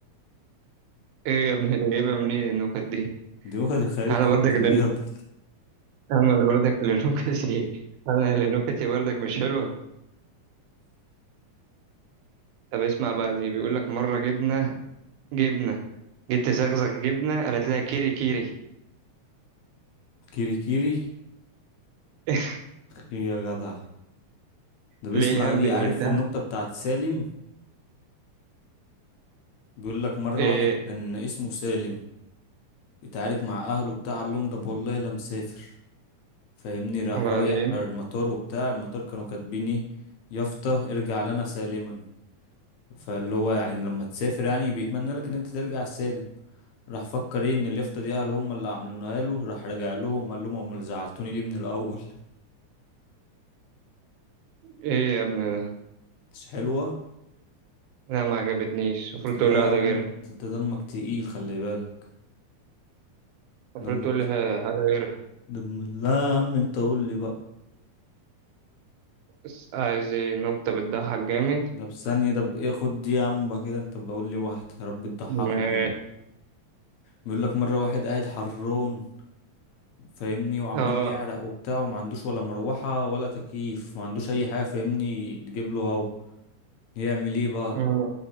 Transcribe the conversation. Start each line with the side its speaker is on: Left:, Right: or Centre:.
Right: ايه يا ابني جايبها منين النكت دي
Left: دي نكت الخليل
Right: انا
Left: كوميدي
Right: برضك اللي
Left: دي يا ابني
Right: انا اللي برضك اللي نكتي انا اللي نكتي برضك مش حلوة طب اسمع بقى دي بيقول لك مرة جبنة جبنة جيت تزغزغ جبنة قالت لها كيري كيري
Left: كيري كيري
Right: <laughs>
Left: يا جدع ده بيسمع
Right: ليه يا ابني
Left: دي عارف
Right: ده
Left: النكتة بتاعت سالم بيقول لك مرة
Right: ايه
Left: واحد كان اسمه سالم اتعارك مع أهله بتاع قال لهم ده والله لا مسافر فاهمني راح
Right: وبعدين
Left: رايح المطار وبتاع المطار كانوا كاتبين ايه يافطة ارجع لنا سالما فاللي هو يعني لما تسافر يعني بيتمنى لك ان انت ترجع سالم راح فكر ايه ان اليافطة دي اهله هم اللي عاملينها له راح رجع لهم قال لهم امال زعلتوني ليه من الاول
Right: ايه يا ابني ده
Left: <laughs> مش حلوة
Right: لا ما عجبتنيش المفروض
Left: لا
Right: تقول لي واحدة
Left: يا عم
Right: غيرها
Left: مم. انت أنت دمك تقيل خلي بالك
Right: المفروض
Left: دمك
Right: تقول لي
Left: ت-
Right: ح- حاجة غيرها
Left: دم لا يا عم انت قول لي بقى
Right: بس عايز ايه نكتة بتضحك جامد
Left: ده بثانية ده بإيه خد دي يا عم بقى كده انت بقول لي واحد يا رب تضحكك
Right: ماشي
Left: دي بقى بيقول لك مرة واحد قاعد حران فاهمني وعمال
Right: اه
Left: يعرق وبتاع وما عندوش ولا مروحة ولا تكييف ما عندوش اي حاجة فاهمني تجيب له هوا يعمل ايه بقى
Right: آه.